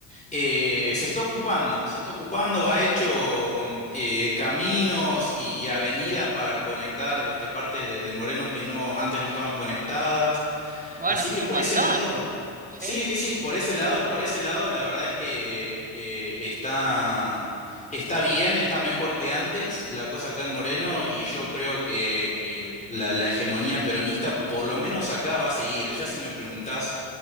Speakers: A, on the left; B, on the right.
A: eh, se está ocupando, se está ocupando, ha hecho eh, caminos y, y avenidas para conectar este, partes de, de Moreno que no, antes no estaban conectadas.
B: Bueno,
A: Así
B: eso
A: que
B: es
A: por
B: un montón.
A: ese lado,
B: Sí.
A: sí, sí, sí, por ese lado, por ese lado, la verdad es que eh, está, está bien, está mejor que antes la cosa acá en Moreno y yo creo que, que la, la hegemonía peronista por lo menos acá va a seguir. Ya si me preguntás